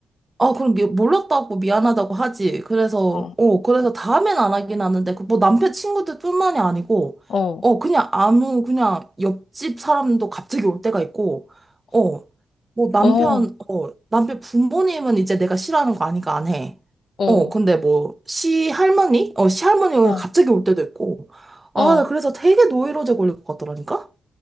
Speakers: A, on the right; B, on the left.
A: 아, 그럼 미, 몰랐다고 미안하다고 하지. 그래서,
B: 어,
A: 어, 그래서 다음엔 안 하긴 하는데, 그 뭐 남편 친구들뿐만이 아니고,
B: 어,
A: 어, 그냥 아무, 그냥 옆집 사람도 갑자기 올 때가 있고, 어, 뭐 남편,
B: 어,
A: 어, 남편 부모님은 이제 내가 싫어하는 거 아니까 안 해.
B: 어,
A: 어, 근데 뭐, 시할머니? 어, 시할머니가
B: 어,
A: 갑자기 올 때도 있고, 아,
B: 어.
A: 나 그래서 되게 노이로제 걸릴 것 같더라니까?